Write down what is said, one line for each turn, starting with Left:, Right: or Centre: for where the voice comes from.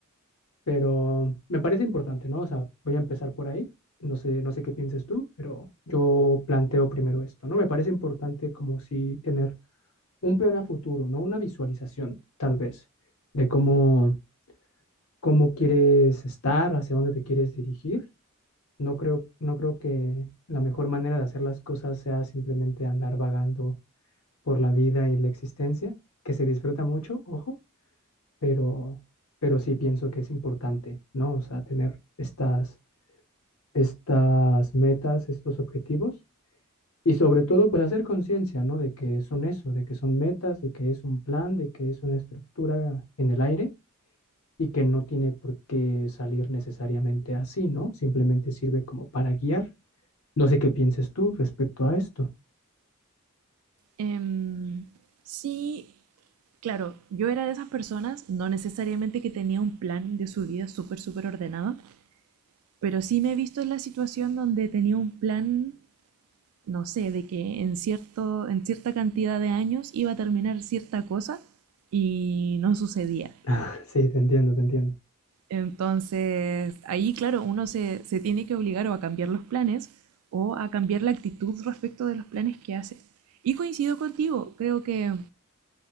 Left: Pero me parece importante, ¿no? O sea, voy a empezar por ahí. No sé, no sé qué pienses tú, pero yo planteo primero esto, ¿no? Me parece importante como si tener un plan a futuro, ¿no? Una visualización, tal vez, de cómo, cómo quieres estar, hacia dónde te quieres dirigir. No creo, no creo que la mejor manera de hacer las cosas sea simplemente andar vagando por la vida y la existencia, que se disfruta mucho, ojo, pero, pero sí pienso que es importante, ¿no? O sea, tener estas, estas metas, estos objetivos y sobre todo, pues hacer conciencia, ¿no? De que son eso, de que son metas, de que es un plan, de que es una estructura en el aire y que no tiene por qué salir necesariamente así, ¿no? Simplemente sirve como para guiar. No sé qué pienses tú respecto a esto.
Right: Em, sí, claro, yo era de esas personas, no necesariamente que tenía un plan de su vida súper, súper ordenado, Pero sí me he visto en la situación donde tenía un plan, no sé, de que en, cierto, en cierta cantidad de años iba a terminar cierta cosa y no sucedía.
Left: <laughs> Sí, te entiendo, te entiendo.
Right: Entonces, ahí, claro, uno se, se tiene que obligar o a cambiar los planes o a cambiar la actitud respecto de los planes que hace. Y coincido contigo, creo que